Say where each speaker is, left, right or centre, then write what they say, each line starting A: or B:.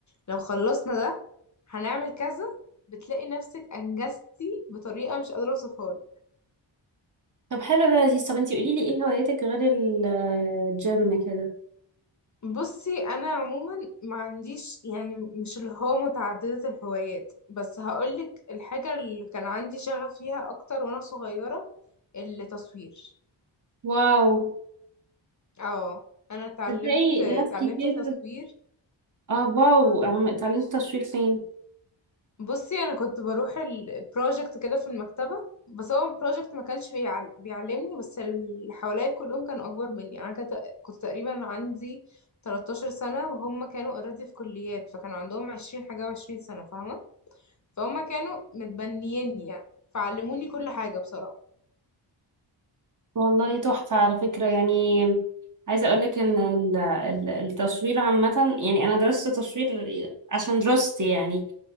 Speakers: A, on the left (about 40°); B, on the right (about 40°).
A: لو خلصنا ده هنعمل كذا بتلاقي نفسك انجزتي بطريقة مش قادرة اوصفها لك
B: طب حلو ده لذيذ طب انتي قولي لي ايه هواياتك غير ال- الجيم كده
A: بصي انا عموما ما عنديش يعني مش اللي هو متعددة الهوايات بس هقولك الحاجة اللي كان عندي شغف فيها اكتر وانا صغيرة التصوير
B: واو
A: اه انا اتعلمت
B: تصدقي
A: اتعلمت
B: ناس كتير
A: تصوير
B: اه واو عم- تعليم التصوير فين
A: بصي انا كنت بروح البروجكت كده في المكتبه بس هو البروجكت ما كانش بيعل... بيعلمني بس اللي حواليا كلهم كانوا اكبر مني يعني انا كنت كنت تقريبا عندي 13 سنه وهم كانوا اوريدي في كليات فكانوا عندهم 20 حاجه و20 سنه فاهمه فهم كانوا متبنييني يعني فعلموني كل حاجه بصراحه
B: والله تحفة على فكرة يعني عايزة أقولك إن ال- ال- التصوير عامة يعني أنا درست تصوير عشان دراستي يعني